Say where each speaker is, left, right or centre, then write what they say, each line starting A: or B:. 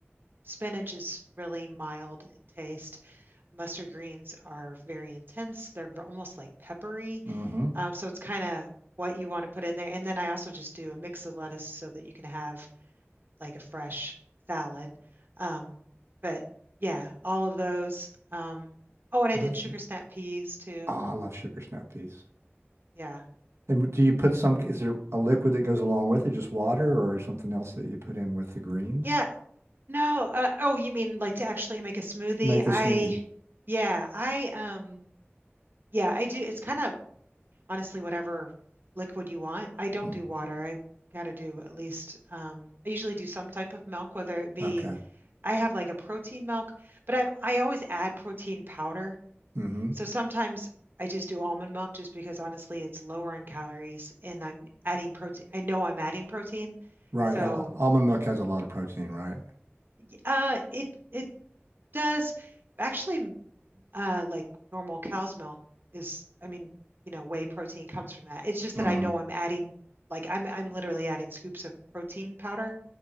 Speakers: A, on the right; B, on the right.
A: spinach is really mild in taste. mustard greens are very intense. They're almost like peppery.
B: Mm-hmm.
A: Um, so it's kind of what you want to put in there. And then I also just do a mix of lettuce so that you can have like a fresh salad. Um, but yeah, all of those. Um, oh, and I
B: That's
A: did sugar
B: it.
A: snap peas too.
B: Oh, I love sugar snap peas.
A: Yeah.
B: And do you put some is there a liquid that goes along with it, just water or is something else that you put in with the greens?
A: Yeah. No. Uh, oh, you mean like to actually make a smoothie?
B: Make the
A: I,
B: smoothie.
A: yeah, I, um, yeah, I do. It's kind of honestly whatever liquid you want. I don't
B: Mm,
A: do water. I got to do at least um, I usually do some type of milk, whether it be
B: Okay.
A: I have like a protein milk, but I'm I always add protein powder.
B: Mm-hmm.
A: So sometimes I just do almond milk just because honestly it's lower in calories and I'm adding protein. I know I'm adding protein.
B: Right.
A: So
B: al- Almond milk has a lot of protein, right?
A: y- uh it it does actually uh, like normal cow's milk is, I mean, you know, whey protein comes from that. It's just
B: Mm-hmm.
A: that I know I'm adding, like I'm I'm literally adding scoops of protein powder,